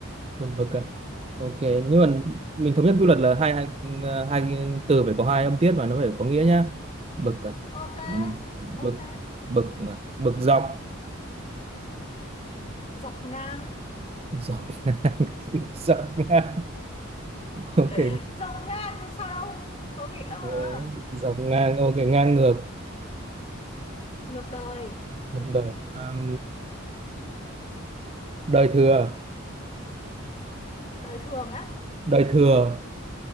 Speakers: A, on the right; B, on the left.
A: buồn bực à. ok nhưng mà mình thống nhất quy luật là hai hai ờ, hai cái từ phải có hai âm tiết mà nó phải có nghĩa nhá bực à.
B: ok
A: ừ, bực
B: ok
A: bực à. bực dọc
B: dọc ngang
A: dọc <laughs> dọc ngang ok
B: <laughs> dọc ngang thì sao đâu có nghĩa ờ,
A: Ờ, dọc ngang ok ngang ngược
B: ngược đời
A: Bực đời Ờm, đời thừa
B: đời thường á
A: đời thừa